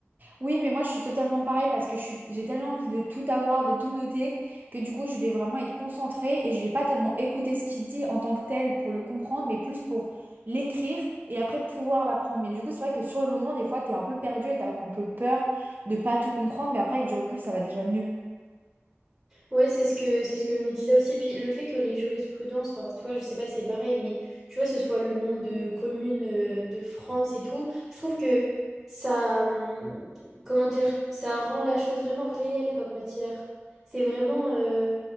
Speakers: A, on the right (about 45°); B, on the right (about 15°).
A: Oui, mais moi je suis totalement pareil parce que je suis, j'ai tellement envie de tout avoir, de tout noter, que du coup je vais vraiment être concentrée et je vais pas tellement écouter ce qu'il dit en tant que tel pour le comprendre, mais plus pour l'écrire et après pouvoir l'apprendre. Mais du coup, c'est vrai que sur le moment, des fois, t'es un peu perdu et t'as un peu peur de pas tout comprendre, mais après avec du recul, ça va déjà mieux.
B: Ouais, c'est ce que c'est ce que je me disais aussi. Puis le fait que les jurisprudences, enfin toi, je sais pas si c'est pareil, mais tu vois, ce soit le nom de commune euh, de France et tout, je trouve que ça, hum, comment dire, ça rend la chose vraiment réelle comme matière. C'est vraiment, euh,